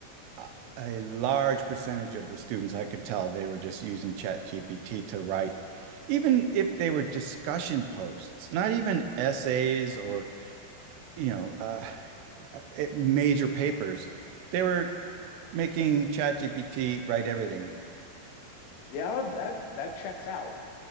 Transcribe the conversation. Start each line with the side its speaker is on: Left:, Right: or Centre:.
Right: a a large percentage of the students, I could tell they were just using ChatGPT to write, even if they were discussion posts, not even essays or, you know, uh, uh, major papers. They were making ChatGPT write everything.
Left: Yeah, that that checks out.